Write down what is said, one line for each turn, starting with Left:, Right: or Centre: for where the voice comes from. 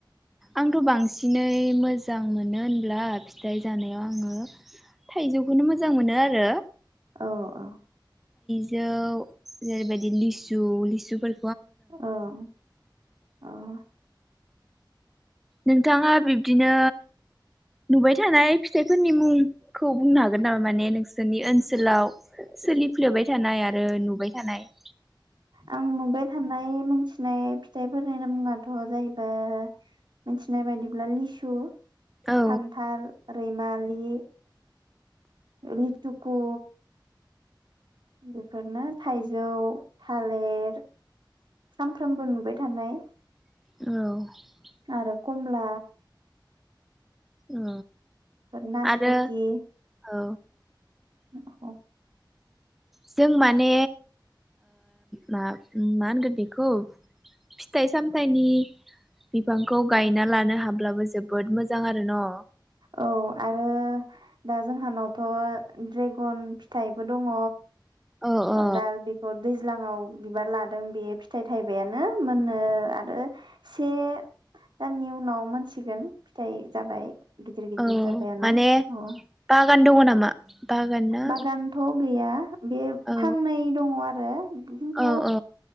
Centre: आंथ' बांसिनै मोजां मोनो होनब्ला फिथाइ जानायाव आङो थाइजौखौनो मोजां मोनो आरो
Right: औ औ।
Centre: जौ जेरैबायदि लिसु लिसुफोर
Right: अह अह
Centre: नोंथाङा बिब्दिनो नुबाय थानाय फिथाइफोरनि मुंखौ बुंनो हागोन नामा माने नोंसोरनि ओनसोलाव सोलिफ्लेबाय थानाय आरो नुबाय थानाय।
Right: आं नुबाय थानाय मोनथिनाय फिथाइफोरनि मुङाथ जाहैबाय मिथिनाय बायदिब्ला लिसु
Centre: औ
Right: खान्थाल, रैमा लि लिथुखु बेफोरनो थाइजौ थालेर सामफ्रोमबो नुबाय थानाय
Centre: औ
Right: आरो कमला
Centre: औ
Right: नासफटि
Centre: आरो औ
Right: <inaudible>
Centre: जों माने मा मा होनगोन बेखौ फिथाइ सामथाइनि बिफांखौ गायना लानो हाब्लाबो जोबोद मोजां आरो न
Right: औ आरो दा जोंहानावथ ड्रेगन फिथाइबो दङ
Centre: अ अ
Right: दा बिफर दै ज्लाङाव बिबार लादों बेयो फिथाइ थाइबायानो मोननो आरो से दाननि उनाव मोन सिगोन फिथाइ जाबाय गिदिर गिदिर
Centre: औ
Right: जाबायानो
Centre: माने
Right: अ
Centre: बागान दङ नामा बागान ना
Right: बागानथ' गैया बे
Centre: औ
Right: फांनै दङ आरो रो खिन्थु
Centre: औ औ